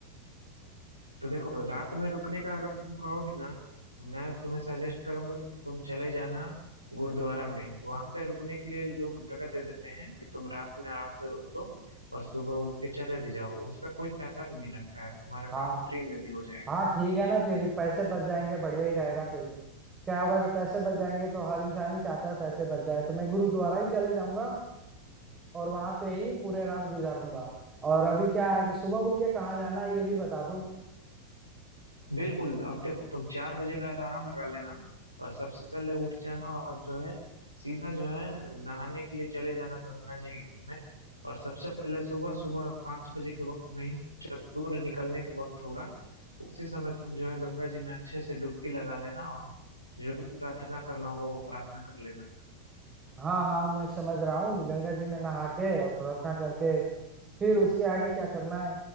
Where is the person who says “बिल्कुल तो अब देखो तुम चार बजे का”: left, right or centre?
Right